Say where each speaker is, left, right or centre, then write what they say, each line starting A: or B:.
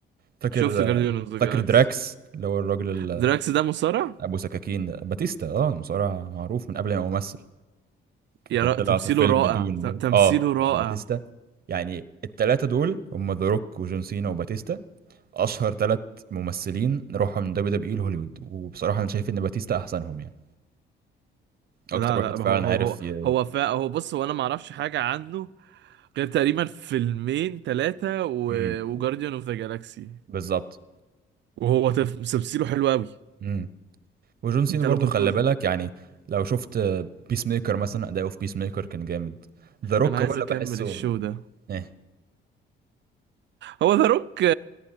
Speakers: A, on the right; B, on the right.
A: فاكر
B: شفت جارديان
A: آه،
B: اوف ذا جالاكسي
A: فاكر دراكس اللي هو الراجل
B: دراكس ده مصارع
A: ابو سكاكين ده باتيستا اه مصارع معروف من قبل ما يمثل
B: يا
A: وكان
B: را...
A: طلع
B: تمثيله
A: في فيلم
B: رائع
A: دون
B: ت...
A: برضه
B: تمثيله
A: اه
B: رائع
A: لا باتيستا يعني التلاتة دول هم ذا روك وجون سينا وباتيستا اشهر تلات ممثلين راحوا من دبليو دبليو اي لهوليوود وبصراحة انا شايف ان باتيستا احسنهم يعني اكتر
B: لا
A: واحد
B: لا هو
A: فعلا
B: هو
A: عارف
B: هو
A: ي...
B: هو فا هو بص هو انا ما اعرفش حاجه عنه غير تقريبا فيلمين ثلاثة و...
A: مم.
B: وجارديان اوف ذا جالاكسي
A: بالظبط
B: وهو طفل تمثيله حلو قوي
A: مم. وجون سينا
B: انت
A: برضه
B: لو كنت
A: خلي
B: قلت
A: بالك يعني لو شفت بيس ميكر مثلا اداؤه في بيس ميكر كان جامد ذا روك
B: انا عايز
A: هو اللي
B: اكمل
A: بحسه
B: الشو ده
A: ايه
B: هو ذا روك